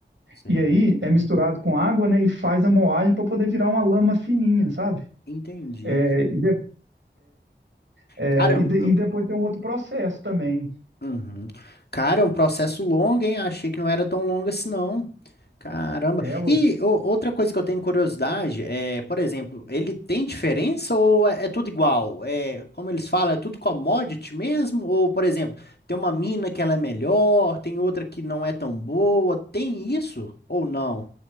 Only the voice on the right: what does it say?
E aí é misturado com água, né, e faz a moagem para poder virar uma lama fininha, sabe?
É, e de- é,
e,
de-
e depois tem um outro processo também.
É,